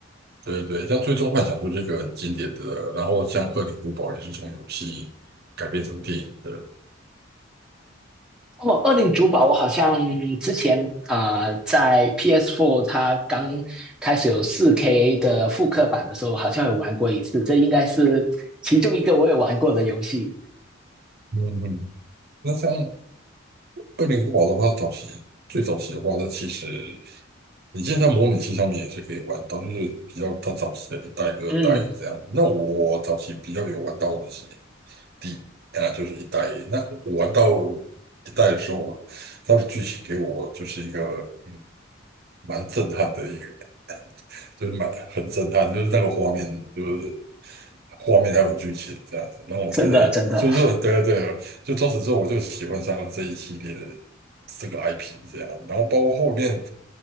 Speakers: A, on the right; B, in the centre.
A: 对对像《最终幻想》就这个很经典的，然后像《恶灵古堡》也是从游戏改编成电影的。
B: 哦，《恶灵主堡》我好像之前啊、呃在 p s Four 它刚开始有四 k 的复刻版的时候，好像有玩过一次。这应该是其中一个我有玩过的游戏。
A: 嗯，嗯那像二零古堡的话，早期最早期的话，它其实你现在模拟器上面也是可以玩到，就是比较它早期的一代、二代这样。
B: 嗯，
A: 那我早期比较有玩到的是第啊、呃，就是一代。那我玩到一代的时候，它的剧情给我就是一个嗯蛮震撼的一个，<laughs> 就是蛮很震撼，就是那个画面，就是画面还有剧情这样子。那我觉得，
B: 真的真的。
A: 就是说，对对，就从此之后我就喜欢上了这一系列的这个 IP 这样。然后包括后面